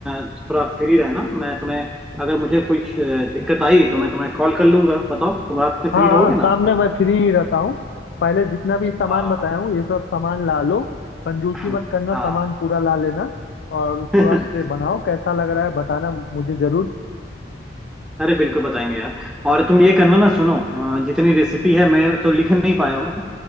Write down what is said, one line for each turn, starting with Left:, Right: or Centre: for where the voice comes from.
Centre: थोड़ा फ्री रहना मैं तुम्हें अगर मुझे कुछ अ, दिक्कत आई तो मैं तुम्हें कॉल कर लूंगा बताओ तुम रात में फ्री
Left: हाँ
Centre: रहोगे
Left: हाँ, शाम
Centre: ना
Left: में मैं फ्री ही रहता हूँ पहले जितना भी सामान
Centre: हाँ
Left: बताया हूँ ये सब सामान ला लो कंजूसी
Centre: <clears throat>
Left: मत करना
Centre: हाँ
Left: सामान पूरा ला लेना और उसके
Centre: <laughs>
Left: बाद से बनाओ कैसा लग रहा है बताना मुझे जरूर
Centre: अरे बिल्कुल बताएंगे यार और तुम ये करना ना सुनो अ, जितनी रेसिपी है मैं तो लिख नहीं पाया हूँ